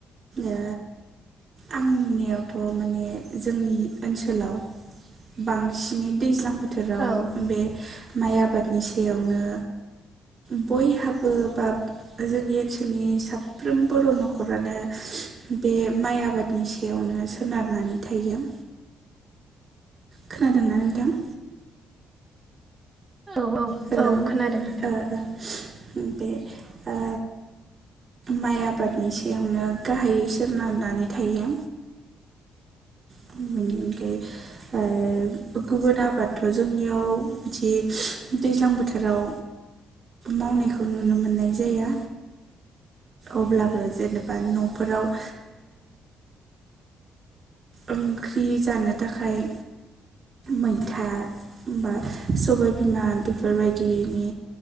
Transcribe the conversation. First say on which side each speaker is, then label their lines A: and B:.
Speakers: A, on the right; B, on the right.
A: ओ आं नुनायावथ' माने जोंनि ओनसोलाव बांसिनै दैज्लां बोथोराव
B: औ
A: बे माइ आबादनि सायावनो बयहाबो बा जोंनि ओनसोलनि साब साफ्रोम बर' न'खरानो बे माइ आबादनि सायावनो सोनारनानै थायो। खोनादोंनानै नोंथां
B: औ औ
A: हेलौ
B: औ खोनादों नोंथां
A: ओ ओ बे ओ माइ आबादनि सायावनो गाहायै सनारनानै थायो। <unintelligible> ओ गुबुन आबादथ' जोंनियाव बिदि दैज्लां बोथोराव मावनायखौ नुनो मोननाय जाया। अब्लाबो जेनेबा न'फोराव ओंख्रि जानो थाखाय मैथा होनबा सबाय बिमा बेफोरबायदिनि